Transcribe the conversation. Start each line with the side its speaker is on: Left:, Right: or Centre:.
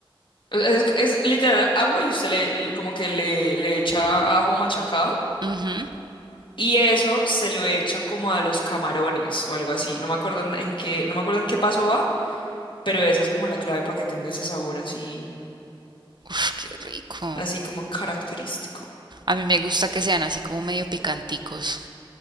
Left: Es, es literal agua y usted le, l- como que le, le echa ajo machacado
Right: Ujú.
Left: y eso se lo echa como a los camarones o algo así. No me acuerdo en, en qué, no me acuerdo en qué paso va, pero esa es como la clave para que tenga ese sabor así,
Right: Uf, qué rico.
Left: así como característico.
Right: A mí me gusta que sean así como medio picanticos.